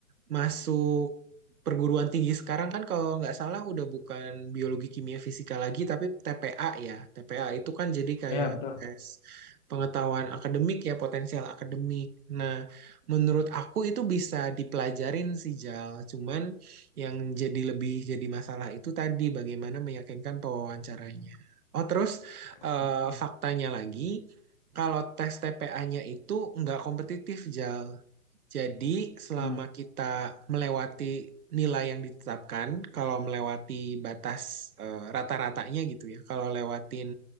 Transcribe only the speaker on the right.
masuk perguruan tinggi sekarang kan kalau nggak salah udah bukan biologi kimia fisika lagi tapi TPA ya. TPA itu kan jadi kayak
tes pengetahuan akademik ya, potensial akademik. Nah, menurut aku itu bisa dipelajarin sih Jal. Cuman yang jadi lebih jadi masalah itu tadi bagaimana meyakinkan pewawancaranya. Oh, terus
eh, faktanya lagi kalau tes TPA-nya itu nggak kompetitif, Jal. Jadi, selama
kita melewati nilai yang ditetapkan, kalau melewati batas eh, rata-ratanya gitu ya, kalau lewatin